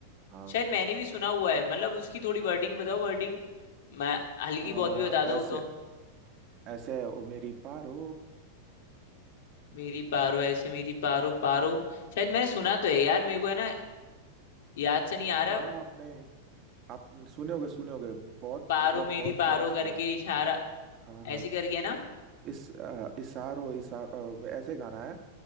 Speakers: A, on the right (about 35°); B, on the left (about 75°).
A: हाँ
B: शायद मैंने भी सुना हुआ है मतलब उसकी थोड़ी वर्डिंग बताओ वर्डिंग मैं हल्की
A: आ,
B: बहुत भी बता
A: ऐसे
B: दो तो
A: ऐसे ओ मेरी पारो
B: मेरी पारो ऐसे मेरी पारो पारो शायद मैंने सुना तो है यार मेरे को है ना याद से नहीं आ रहा
A: हाँ हाँ, आपने आप सुने होगे सुने होगे बहुत
B: पारो
A: मतलब
B: मेरी
A: बहुत
B: पारो
A: फेमस
B: करके
A: हुआ
B: इशारा
A: हाँ हाँ
B: ऐसी करके है ना
A: इस अ, इसारो इसारो ऐसे गाना है